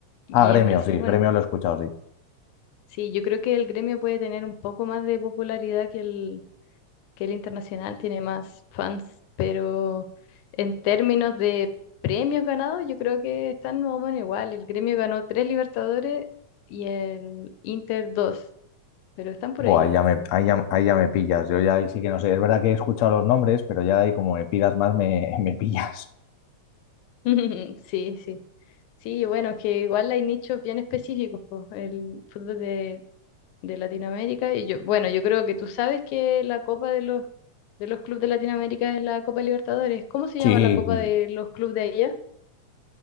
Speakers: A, on the left; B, on the left.
A: y
B: Ah, Gremio,
A: en Brasil,
B: sí,
A: bueno,
B: Gremio lo he escuchado, sí.
A: sí, yo creo que el Gremio puede tener un poco más de popularidad que el, que el internacional tiene más fans, pero en términos de premios ganados, yo creo que están más o menos igual. El Gremio ganó tres Libertadores y el Inter dos, pero están por
B: Buah,
A: ahí.
B: ahí ya me, ahí ya, ahí ya me pillas. Yo ya ahí sí que no sé. Es verdad que he escuchado los nombres, pero ya ahí como me pidas más, me, <laughs> me pillas.
A: <laughs> Sí, sí. Sí, bueno, que igual hay nichos bien específicos, po, el fútbol de, de Latinoamérica. Y yo, bueno, yo creo que tú sabes que la Copa de los, de los clubes de Latinoamérica es la Copa Libertadores. ¿Cómo se llama
B: Sí,
A: la Copa
B: sí, sí.
A: de los clubes de allá?